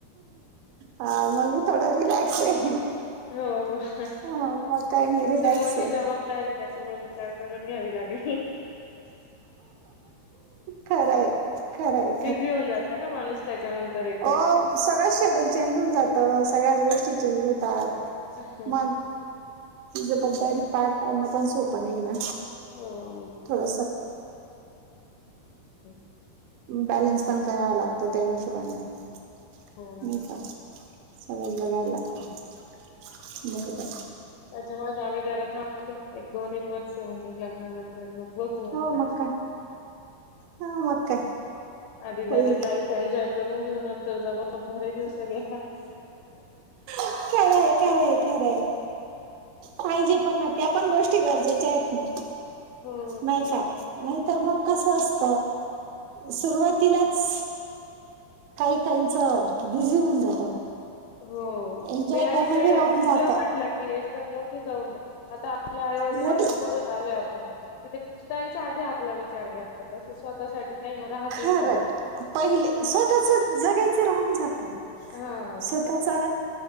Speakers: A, on the right; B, on the left.
A: हा मग थोडा रिलॅक्स आहे
B: होस
A: मग काय नाही रिलॅक्स
B: मोठी
A: आहे
B: जबाबदारी त्याच्यामुळे विचार करून घ्यावी लागेल.
A: खरंय खरंय
B: बिझी होऊन जात ना माणूस त्याच्यानंतर एकदम
A: अ सगळं शेड्यूल चेंज होऊन जातं सगळ्याच गोष्टी चेंज होतात.
B: हम्म.
A: मग जबाबदारी पार पाडणं पण सोपं नाही ना
B: हो.
A: थोडस.
B: हम्.
A: बॅलेन्स पण करावा लागतो त्याहिशोबाने नाही
B: हो.
A: का? सगळच बघायला लागत बर.
B: त्याच्यामुळे आम्ही जरा थांबलं एक दोन एक वर्ष म्हणजे लग्नान म्हटलं
A: हो मग
B: अस
A: काय हा मग काय
B: आधी जरा
A: होईल
B: लाईफ एन्जॉय करून घेऊ नंतर जबाबदारे घेऊ सगळ्या
A: खरंय खरंय खरंय पाहिजे पण ना त्या पण गोष्टी गरजेच्या आहेत ना.
B: हो.
A: नाही का नाहीतर मग कसं असत. सुरुवातीलाच काही काहीच बिझी होऊन
B: अ,
A: जातात.
B: हो
A: एन्जॉय
B: आणि
A: करणं
B: ते
A: बी राहून
B: मुलं
A: जात
B: म्हटलं की एकदम मोठी जबाबदारी आता आपल्या आईवडिलां
A: मोठे
B: न बघत आलोय आपण कि ते त्यांच्या आधी आपला विचार करतात असं स्वतःसाठी काही मग राहतच
A: खरं
B: नाही.
A: पहिले स्वतःच जगायच राहून जाते.
B: हा
A: स्वतःचा